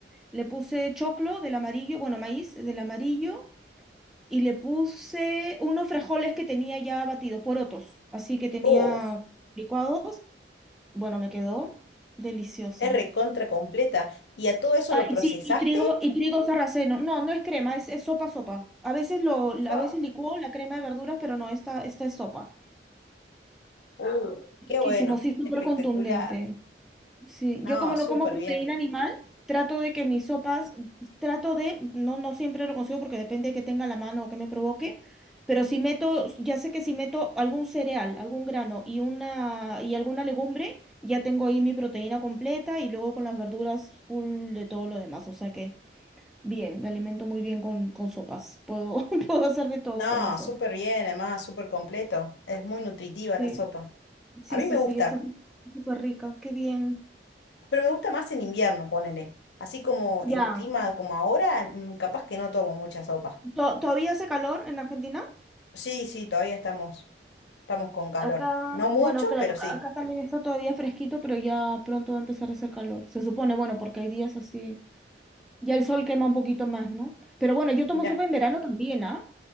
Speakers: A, in the centre; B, on the left.
A: le puse choclo del amarillo, bueno, maíz del amarillo y le puse unos frijoles que tenía ya batidos, porotos, así que tenía
B: Uf.
A: licuados. Bueno, me quedó deliciosa.
B: Es recontra completa. ¿Y a todo eso
A: Ah,
B: lo procesaste?
A: y sí, y trigo, y trigo sarraceno. No, no es crema, es, es sopa, sopa. A veces lo, a
B: Fa,
A: veces licúo la crema de verduras, pero no, esta, esta es sopa.
B: Uh,
A: Riquísimo,
B: qué bueno,
A: sí, súper
B: espectacular.
A: contundente. Sí,
B: No,
A: yo como
B: súper
A: no como proteína
B: bien.
A: animal, trato de que mis sopas, trato de, no, no siempre lo consigo porque depende de que tenga a la mano o que me provoque, pero si meto, ya sé que si meto algún cereal, algún grano y una, y alguna legumbre, ya tengo ahí mi proteína completa y luego con las verduras full de todo lo demás. O sea que Bien, me alimento muy bien con, con sopas. Puedo, <laughs> puedo hacer de todo
B: No,
A: con eso.
B: súper bien, además, súper completo. Es muy nutritiva
A: Sí,
B: la sopa.
A: sí,
B: A mí
A: sí,
B: me
A: sí,
B: gusta,
A: está súper rica, qué bien.
B: pero me gusta más en invierno, ponele. Así como
A: Ya.
B: en clima como ahora, mm, capaz que no tomo mucha sopa.
A: ¿To- ¿Todavía hace calor en Argentina?
B: Sí, sí, todavía estamos, estamos con calor.
A: Acá,
B: No mucho,
A: bueno, claro,
B: pero sí.
A: acá también está todavía fresquito, pero ya pronto va a empezar a hacer calor. Se supone, bueno, porque hay días así. Ya el sol quema un poquito más, ¿no? Pero bueno, yo tomo
B: Mirá,
A: sopa en verano también, ¿ah?